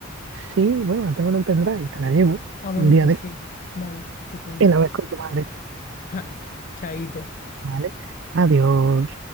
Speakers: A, on the right; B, on the left.
A: Sí, bueno, la tengo en un pendrive, te la llevo
B: Ah, bueno,
A: un día
B: pues
A: de esto
B: sí, vale, estupendo.
A: y la ves con tu madre,
B: <laughs> Vale, chaito.
A: ¿vale? Adiós.